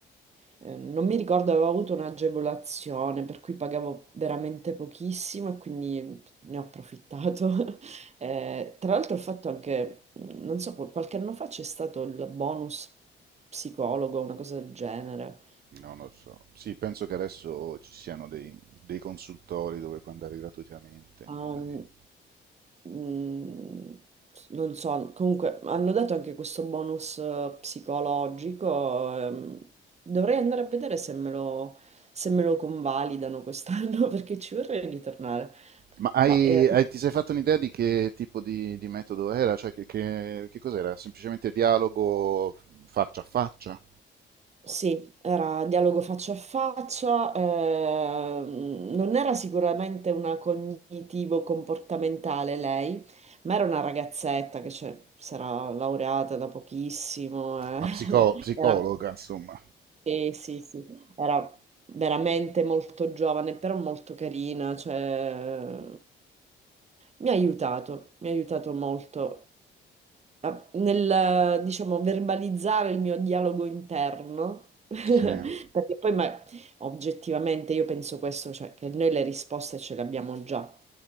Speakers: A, on the right (about 35°); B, on the right (about 50°).
A: eh, non mi ricordo, avevo avuto un'agevolazione per cui pagavo veramente pochissimo e quindi ne ho approfittato. <laughs> Eh, tra l'altro ho fatto anche, mh, non so, qual- qualche anno fa c'è stato il bonus psicologo, una cosa del genere.
B: Non lo so. Sì, penso che adesso ci siano dei, dei consultori dove puoi andare gratuitamente.
A: Um,
B: magari.
A: mm, non so, comunque hanno dato anche questo bonus eh, psicologico. ehm, dovrei andare a vedere se me lo, se me lo convalidano quest'anno <laughs> perché ci vorrei ritornare.
B: Ma hai,
A: Ma, eh,
B: hai- ti sei fatto un'idea di che tipo di, di metodo era? Cioè, che, che- che cos'era? Semplicemente dialogo faccia a faccia?
A: Sì, era dialogo faccia a faccia, ehm, non era sicuramente una cognitivo-comportamentale lei, ma era una ragazzetta che cioè, si era laureata da pochissimo,
B: Una
A: eh.
B: psico-
A: <laughs>
B: psicologa,
A: Era,
B: insomma.
A: eh, sì, sì, era veramente molto giovane, però molto carina, cioè, mi ha aiutato, mi ha aiutato molto a- nel, diciamo, verbalizzare il mio dialogo interno. <laughs> Perché
B: Sì. E
A: poi, ma oggettivamente, io penso questo, cioè che noi le risposte ce le abbiamo già.